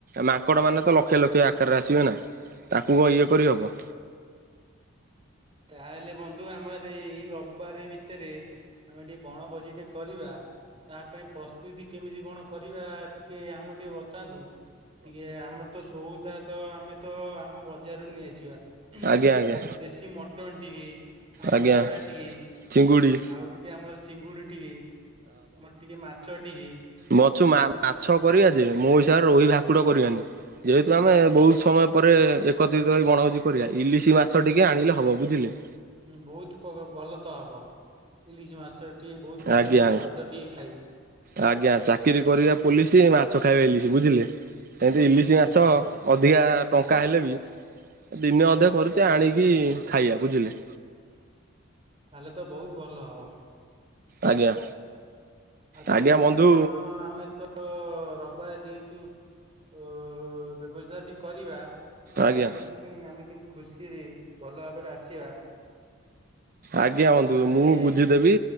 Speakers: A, on the right; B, on the right.
A: ମାଙ୍କଡ଼ ମାନେ ତ ଲକ୍ଷେ ଲକ୍ଷେ ଆକାରରେ ଆସିବେ ନା ତାକୁ କଣ ଇଏ କରିହବ।
B: ତାହେଲେ ବନ୍ଧୁ ଆମର ଏଇ ରବିବାର ଭିତେରେ ଆମେ ଟିକେ ବଣଭୋଜି ଟେ କରିବା। ତା ପାଇଁ ପ୍ରସ୍ତୁତି କେମିତି କଣ କରିବା ଟିକେ ଆମକୁ ଟିକେ ବତାନ୍ତୁ? ଟିକେ ଆମର ତ ସଉଦାତ ତ ଆମେ ତ ଆମ ବଜାରରୁ ନେଇଆସିବା ହୁଁ
A: ଆଜ୍ଞା ଆଜ୍ଞା
B: ଆଉ ଦେଶୀ ମଟନ୍ ଟିକେ ଆଉ
A: ଆଜ୍ଞା
B: କଙ୍କଡା ଟିକେ
A: ଚିଙ୍ଗୁଡି
B: ଆଉ ଟିକେ ଆମର ଚିଙ୍ଗୁଡି ଟିକେ ଆମର ଟିକେ ମାଛ ଟିକେ।
A: ମୋଛୁ ମା ମାଛ କରିବା ଯେ ମୋ ହିସାବରେ ରୋହି ଭାକୁଡ କରିବାନି। ଯେହେତୁ ଆମେ ବହୁତ୍ ସମୟ ପରେ ଏକତ୍ରିତ ହେଇ ବଣଭୋଜି କରିବା ଇଲିଶି ମାଛ ଟିକେ ଆଣିଲେ ହବ ବୁଝିଲେ।
B: ହୁଁ ବହୁତ୍ ପ ଭଲ ତ ହବ ଇଲିଶି ମାଛ ଟିକେ ବହୁତ୍ ଦିନ
A: ଆଜ୍ଞା
B: ପରେ ସ୍ଵାଦ ଟିକେ ଖାଇବୁ।
A: ଆଜ୍ଞା ଚାକିରି କରିବା ପୋଲିସି ମାଛ ଖାଇବା ଇଲିଶି ବୁଝିଲେ ସେମିତି ଇଲି ଶି ମାଛ
B: ଆଜ୍ଞା।
A: ଅଧିକା ଟଙ୍କା ହେଲେ ବି ଦିନେ ଅଧେ କରୁଚେ ଆଣିକି ଖାଇବା ବୁଝିଲେ?
B: ତାହେଲେ ତ ବହୁତ୍ ଭଲ ହବ।
A: ଆଜ୍ଞା।
B: ଆଉ
A: ଆଜ୍ଞା
B: କେମିତି
A: ବନ୍ଧୁ
B: କଣ ଆମେ ତ ତ ରବିବାରେ ଯେହେତୁ ଅ ବ୍ୟବସ୍ଥାଟି କରିବା ଖାଇ
A: ଆଜ୍ଞା
B: ପିଇ କିଣି ଆମେ କେମତି ଖୁସିରେ ଭଲ ଭାବରେ ଆସିବା
A: ଆଜ୍ଞା ବନ୍ଧୁ
B: ତାହେଲେ
A: ମୁଁ ବୁଝିଦେବି